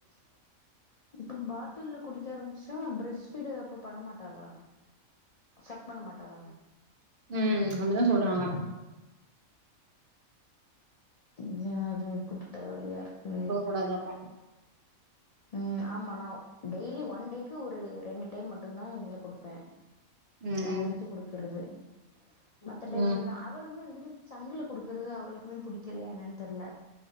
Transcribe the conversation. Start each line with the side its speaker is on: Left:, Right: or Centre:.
Left: இப்ப பாட்டுல்ல குடிக்க ஆரம்பிச்சா பிரெஸ் ஃபீட் அப்ப பண்ணமாட்டாளா சக் பண்ண மாட்ட லா
Right: உம் அப்டிதா சொல்றாங்க
Left: இது என்னாது கூப்ட்டு தல வலியா இருக்கு
Right: கூடாதாப்பா
Left: உம் ஆமா நௌ டெய்லி ஒன் டேக்கு ஒரு ரெண்டு டைம் மட்டுதா இதுல குடுப்பே
Right: ம்
Left: நா எடுத்து குடுக்கறது மத்த டைம்
Right: ம்
Left: ஃபுல்லா அவளுமே வந்துட்டு சங்குல குடுக்குறது அவளுக்குமே பிடிக்கலையா என்னான்னு தெர்ல